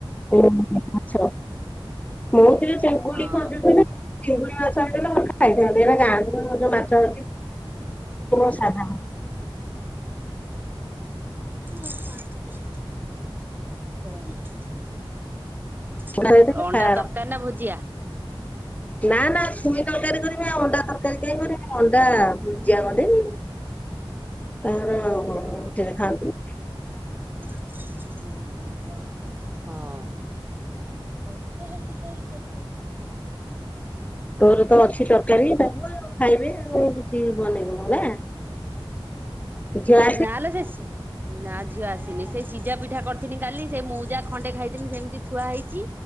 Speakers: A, on the left (about 15°); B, on the right (about 20°).
A: କୋଉ ମାଛ ମୁଁ ଟିକେ ଚିଙ୍ଗୁଡି
B: ହଁ
A: ଖୋଜୁଥିଲି। ଚିଙ୍ଗୁଡି ମାଛ ହେଇଥିଲେ ତ ମୁଁ ଖାଇଥାନ୍ତି ଏଡା ଗାଁକୁ କଣ ଯୋଉ ମାଛ ଯୋଉ ଅଛି <unintelligible> ସାଧା
B: ରକ୍ତ ବାହାରେ ବାହାରିବ।
A: ହେଇଥିଲେ
B: ଅଣ୍ଡା
A: ଖାର
B: ତରକାରୀ ନା ଭୁଜିଆ?
A: ନା ନା ଛୁଇଁ ତରକାରୀ କରିମି ଆଉ ଅଣ୍ଡା ତରକାରୀ କାଇଁ କରିମି ଅଣ୍ଡା ଭୁଜିଆ କରିଦେମି। ଆହୋ ହୋ ହୋ
B: ହଁ
A: ସେରା ଖାନ୍ତିି।
B: ହଁ। ହଁ ଖ
A: ତୋର ତ ଅଛି ତରକାରୀ ଡାଲମା ଆଉ ଖାଇବେ ଆଉ କିଛି ବନେଇବୁନୁ ନା? ଯା
B: ନାଲୋ ସିଏ ସ୍-ନା ଝିଅ ଆସି- ନି ସେଇ ସିଜା ପିଠା କରିଥିନି କାଲି ସେ ମଉଜା ଖଣ୍ଡେ ଖାଇଥିନି ସେମତି ଥୁଆ ହେଇଚି।